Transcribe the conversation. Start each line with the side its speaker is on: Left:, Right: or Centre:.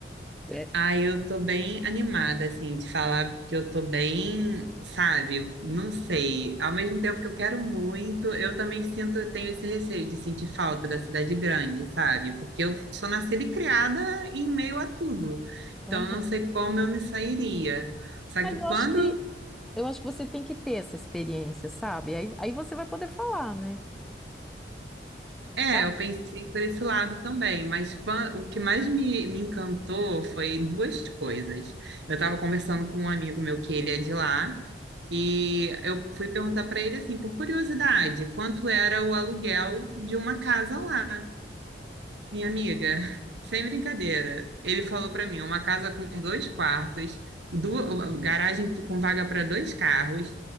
Centre: É.
Right: Ah, eu tô bem animada, assim, de falar que eu tô bem, sabe? Não sei. Ao mesmo tempo que eu quero muito, eu também sinto, eu tenho esse receio de sentir falta da cidade grande, sabe? Porque eu sou nascida e criada em meio a tudo. Então,
Centre: Aham.
Right: eu não sei como eu me sairia. Só
Centre: Mas
Right: que
Centre: eu
Right: quando.
Centre: acho que eu acho que você tem que ter essa experiência, sabe? Aí, aí você vai poder falar, né?
Right: É,
Centre: Sabe?
Right: eu pensei por esse lado também, mas quan- o que mais me, me encantou foi duas coisas. Eu estava conversando com um amigo meu que ele é de lá. E eu fui perguntar para ele assim, por curiosidade, quanto era o aluguel de uma casa lá, minha amiga. <laughs> Sem brincadeira. Ele falou para mim, uma casa com dois quartos, duas, garagem com vaga para dois carros,